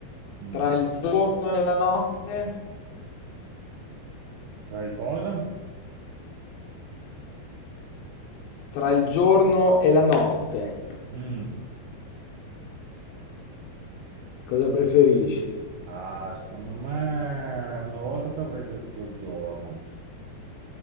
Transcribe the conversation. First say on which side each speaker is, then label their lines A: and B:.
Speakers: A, on the right; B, on the left.
A: Mm.
B: Tra il giorno e la notte?
A: Sai cosa?
B: Tra il giorno e la notte,
A: Mm.
B: cosa preferisci?
A: Ah, secondo me una volta ti avrei detto il giorno,